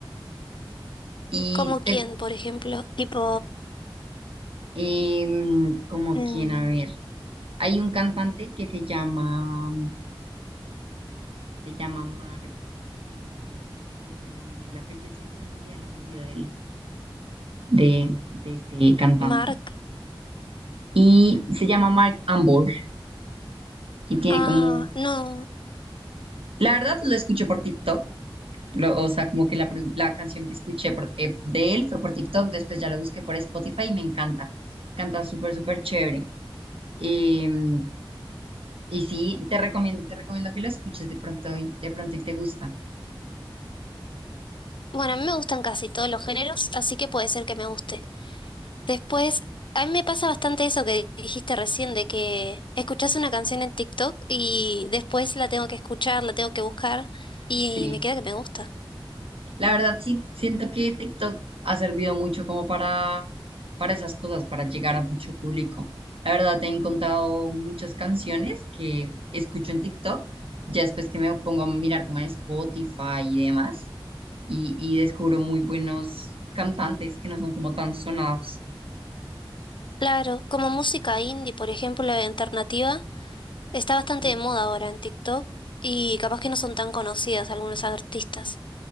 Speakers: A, on the right; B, on the left.
A: Y
B: ¿Como
A: te,
B: quién, por ejemplo? Tipo,
A: em, como
B: mm,
A: quien, a ver. Hay un cantante que se llama, se llama Mark, espérame, te, te confirmo bien el apellido, siempre se me olvida el apellido del, de, de este cantante.
B: Mark.
A: Y se llama Mark Ambor y tiene
B: Ah,
A: como,
B: no.
A: la verdad lo escuché por TikTok, lo- o sea, como que la, prim- la canción que escuché por- eh, de él fue por TikTok, después ya lo busqué por Spotify y me encanta, canta súper, súper chévere. Em, y sí, te recomiendo, te recomiendo que lo escuches de pronto, y- de pronto y te gusta.
B: Bueno, a mí me gustan casi todos los géneros, así que puede ser que me guste. Después, a mí me pasa bastante eso que dijiste recién, de que escuchás una canción en TikTok y después la tengo que escuchar, la tengo que buscar y
A: Sí.
B: me queda que me gusta.
A: La verdad, sí, siento que TikTok ha servido mucho como para, para esas cosas, para llegar a mucho público. La verdad, he encontrado muchas canciones que escucho en TikTok, ya después que me pongo a mirar como en Spotify y demás, y, y descubro muy buenos cantantes que no son como tan sonados.
B: Claro, como música indie, por ejemplo, la alternativa, está bastante
A: Y
B: de moda ahora en TikTok y capaz que no son tan conocidas algunos artistas.